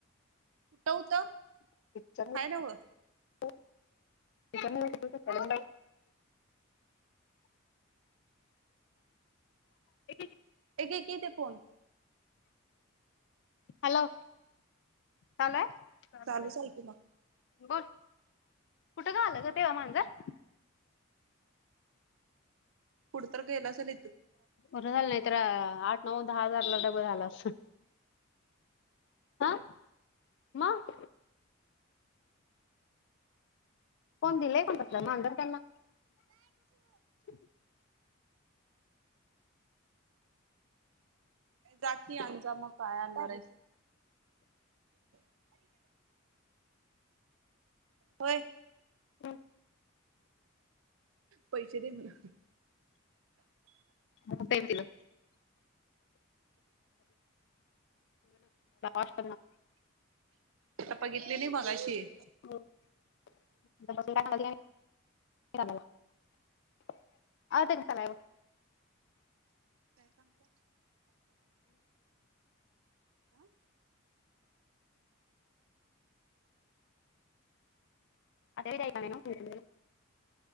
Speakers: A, on the right (about 75°); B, on the left (about 55°).
A: कुठं होतं?
B: हॅलो
A: हाय न व
B: <inaudible> <inaudible>
A: हे घे की ते फोन
B: हॅलो. चालु आहे?
A: चालूच आहे की मग
B: बोल कुठं ग? आलं ग तेव्हा मांजर?
A: कुठंतरी गेला असल
B: बरं झालं. नाही तर, आठ नऊ दहा हजारला डबं झालं असत. हा? मग कोण दिलाय कोणपतलं मधर त्यांना <inaudible>
A: जा की आण जा मग काय आणणार अिकडे <inaudible> होय-
B: हम्.
A: पैसे दे म्हणा.
B: कुठे येतील <inaudible> <inaudible>
A: आता बघितले नाही मघाशी
B: <inaudible> <unintelligible>
A: काय सांगता? <unintelligible>
B: <inaudible>